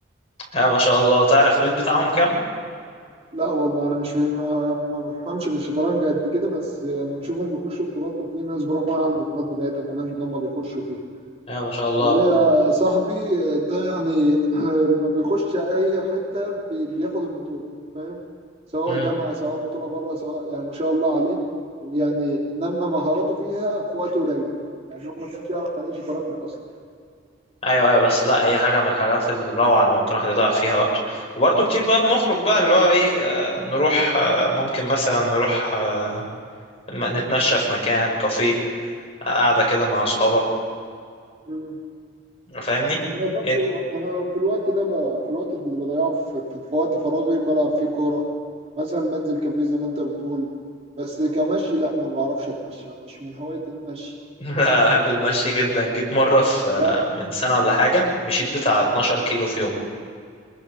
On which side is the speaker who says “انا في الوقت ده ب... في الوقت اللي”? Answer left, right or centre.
Right